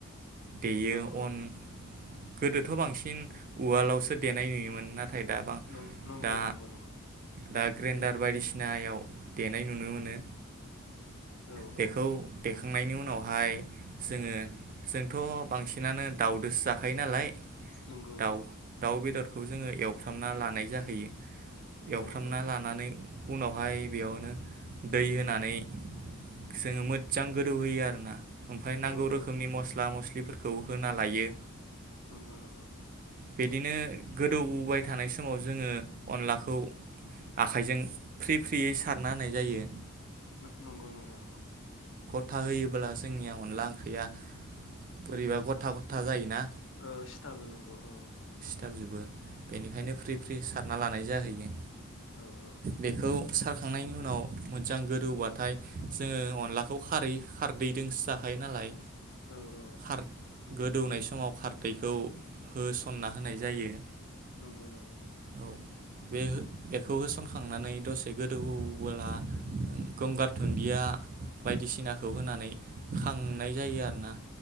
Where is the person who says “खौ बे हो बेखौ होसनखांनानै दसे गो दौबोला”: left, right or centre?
Right